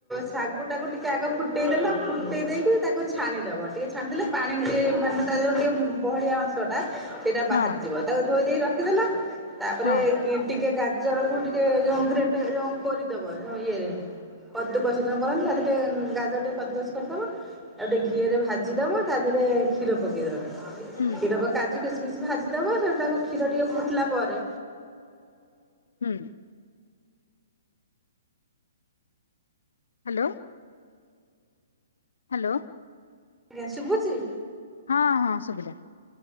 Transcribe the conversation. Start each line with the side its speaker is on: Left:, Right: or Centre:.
Centre: ଶାଗୁଟାକୁ ଟିକେ ଆଗ ଫୁଟ ଫୁଟାଇଦେଲ ଫୁଟେଇ ଦେଇକି ତାକୁ ଛାଣିଦେବ ଟିକେ ଛାଣିଦେଲେ ପାଣି ଟିକେ ମାନେ ତା ଯେଉଁ ଟିକେ ବହଳିଆ ଅଂଶ ଟା ସେଇଟା ବାହାରିଯିବ
Left: ହଁ
Centre: ତାକୁ ଧୋଇ ଦେଇେଇ ରଖିଦେଲ ତାପରେ
Left: ହଁ
Centre: ଟିକେ ଗାଜାର ର ଟିକେ ଯୋଉ ଗ୍ରେଟ ରେ ଯୋଉ କୋରି କରିଦବ ଯୋଉଁ ଇଏରେ କଦୁକସଜନ କରନ୍ତୁ ସେ ଟରେ ଗାଜର <inaudible> କାଦୁକସ କରିଦବା ଆଉ ଗୋଟେ ଘିଅ ରେ ଭାଜିଦବା ତା ଦେହରେ କ୍ଷୀର ପ କ୍ଷୀର
Left: ହୁଁ
Centre: କାଜୁ କିସମିସ ଭାଜିଦବ ତାକୁ କ୍ଷୀର ଟିକେ ଫୁଟିଲା ପରେ
Left: ହୁଁ ହ୍ୟାଲୋ। ହ୍ୟାଲୋ।
Centre: ଆଜ୍ଞା ଶୁଭୁଚି।
Left: ହଁ ହଁ ସୁଭିଲା।